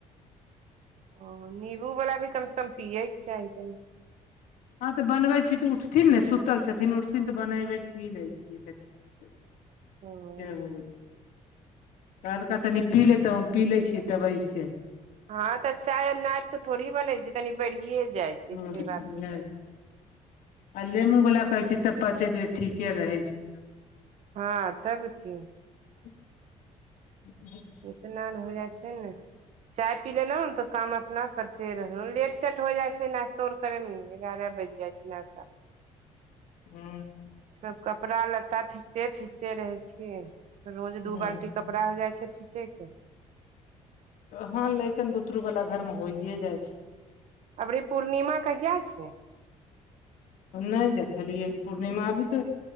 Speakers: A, on the right; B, on the left.
A: ओ नीमबूवला भी कम से कम पियएके चाही तनि।
B: हँ तऽ बनबै छी तऽ उठथिन ने सुतल छथिन उठथिन त बनेबे पी लै छियै कनि
A: ओ
B: से ह कलका तनी पी ले तऽ हम पी ले छियै तब से
A: ह तऽ चाय नाप के थोड़ी बने छै तनी बढ़िये जाय छै
B: ह
A: से बात
B: उएह
A: हो जाइ छै
B: आ नेमू वला कहै छै सभ पचे के लिए ठीके रहै छै
A: हँ तब कि
B: <inaudible>
A: स्नान हो जाइ छै न चाय पी लेलहूँ ने तऽ काम अपना करते रहलहु लेट सेट हो जाइ छै नाश्तो आर करेमे एगारह बजे जाच ने
B: हू
A: सभ कपड़ा लत्ता फीचते फीचते रहै छियै रोज दू
B: हूं
A: बाल्टी कपड़ा हो जाइ छै खीचे क
B: हँ लकन बुतरू वालला घर मे होइे जाइ छै।
A: अबरी पूर्णिमा कहिया छै
B: नहि देखलियै पूर्णिमा अभी तऽ